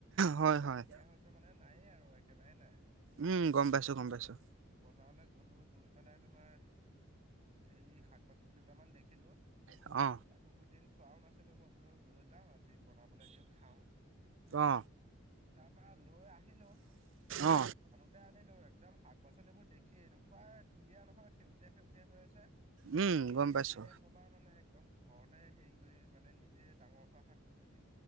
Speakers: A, on the right; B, on the right.
A: হয় হয়
B: নাইকিয়া হৈছে মানে নায়ে আৰু একেবাৰেেই নাই
A: উম গম
B: তাৰ
A: পাইছো
B: পৰাা
A: গম পাইছো
B: বজাৰলৈ গলো গৈ পেলাই তোমাৰ এ হেৰি শাক পাচলি দুটামান দেখিলো।
A: অ
B: বহুত দিন খোৱাও নাছিলো মই বোলো লৈ যাও আজি বনাবলৈ দিও খাও
A: অ
B: তাৰ পৰাা লৈ আহিলো
A: অ
B: আনোতে আনিলো একদম শাক পাচলিবোৰ দেখিনেোুৱাই ধুনীয়া নহয় সেউজীয়া সেউজীয়া হৈ আছে
A: উম
B: তুমি
A: গম
B: দেখিলে
A: পাইছো
B: কবা মানে একদম ঘৰতে হেৰি কৰি মানে নিজে ডাঙৰ হোৱা শাক পাচলিয়